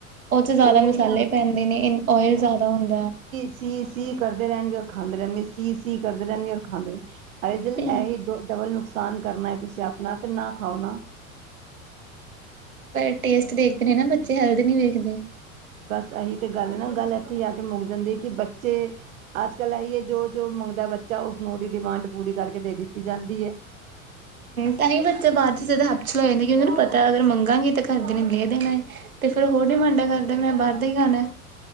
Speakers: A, on the right (about 85°); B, on the right (about 70°).
A: ਓ ਚ ਜਾਦਾ
B: ਉਹੀ
A: ਮਸਾਲੇ
B: ਨਾ
A: ਪੈਂਦੇ ਨੇ ਇ ਓਇਲ ਜਾਦਾ ਹੁੰਦਾ।
B: ਸੀ-ਸੀ ਕਰਦੇ ਰੈਨਗੇ ਔਰ ਖਾਂਦੇ ਰੈਨਗੇ ਸੀ-ਸੀ ਕਰਦੇ ਰੈਨਗੇ ਔਰ ਖਾਂਦੇ ਅਰੇ ਜੇ
A: ਹੂੰ
B: ਐਈ ਦੋ ਡਬਲ ਨੁਕਸਾਨ ਕਰਨੈ ਤੁਸੀਂ ਆਪਨਾ ਤੇ ਨਾ ਖਾਓ ਨਾ।
A: ਪਰ ਟੇਸਟ ਦੇਖਦੇ ਨੇ ਨਾ ਬੱਚੇ ਹੈਲਦ ਨੀ ਵੇਖਦੇ।
B: ਬਸ ਏਹੀ ਤੇ ਗੱਲ ਨਾ ਗੱਲ ਏਥੀ ਆ ਕੇ ਮੁੱਕ ਜਾਂਦੀ ਐ ਕੀ ਬੱਚੇ ਅੱਜ-ਕੱਲ ਐਈ ਐ ਜੋ-ਜੋ ਮੰਗਦਾ ਬੱਚਾ ਉਸਨੂੰ ਓਦੀ ਡਿਮਾਂਡ ਪੂਰੀ ਕਰਕੇ ਦੇ ਦਿੱਤੀ ਜਾਂਦੀ ਐ।
A: ਤਾਂਈਓ ਬੱਚੇ ਬਾਰ ਚ ਜਾਦਾ ਹੈਬਚੁਅਲ ਹੋ ਜਾਂਦੇ ਕੀ ਓਨਾਂ ਨੂੰ ਪਤਾ ਅਗਰ ਮੰਗਾਂਗੇ ਤੇ ਘਰ ਦੇ ਨੇ ਲੇ ਦੇਨਾ ਏ ਤੇ ਫਿਰ ਓ ਹੋਰ ਡਿਮਾਂਡਾ ਕਰਦਾ ਮੈਂ ਬਾਰ ਦਾ ਈ ਖਾਨਾ